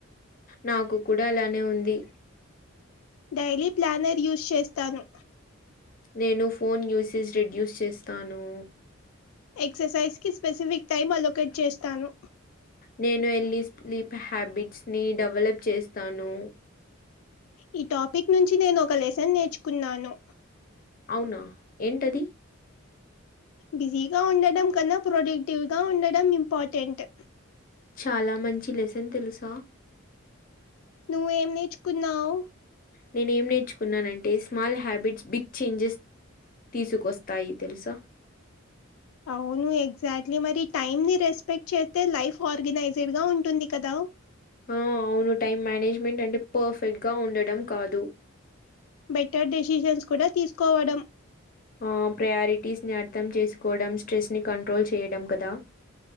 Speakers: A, on the left; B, on the left.
A: నాకు కూడా అలానే ఉంది
B: డైలీ ప్లానర్ యూజ్ చేస్తాను
A: నేను ఫోన్ యూసేజ్ రెడ్యూస్ చేస్తాను
B: ఎక్సర్సైజ్ కి స్పెసిఫిక్ టైమ్ అలొకేట్ చేస్తాను
A: నేను వెళ్లి స్లీప్ హ్యాబిట్స్ ని డెవలప్ చేస్తాను
B: ఈ టాపిక్ నుంచి నేను ఒక లెసన్ నేర్చుకున్నాను
A: అవునా ఏంటది
B: బిజీగా ఉండడం కన్నా ప్రొడక్టివ్ గా ఉండడం ఇంపార్టెంట్
A: చాలా మంచి లెసన్ తెలుసా
B: నువ్వేం నేర్చుకున్నావ్
A: నేనేం నేర్చుకున్నానంటే స్మాల్ హ్యాబిట్స్ బిగ్ చేంజెస్ తీసుకొస్తాయి తెలుసా
B: అవును ఎగ్జాక్ట్లీ మరి టైమ్ని రెస్పెక్ట్ చేస్తే లైఫ్ ఆర్గనైజ్డ్ గా ఉంటుంది కదా
A: ఆ అవును టైం మేనేజ్మెంట్ అంటే పర్ఫెక్ట్గా ఉండడం కాదు
B: బెటర్ డెసిషన్స్ కూడా తీసుకోవడం
A: ఆ ప్రయారిటీస్ ని అర్థం చేసుకోవడం స్ట్రెస్ ని కంట్రోల్ చేయడం కదా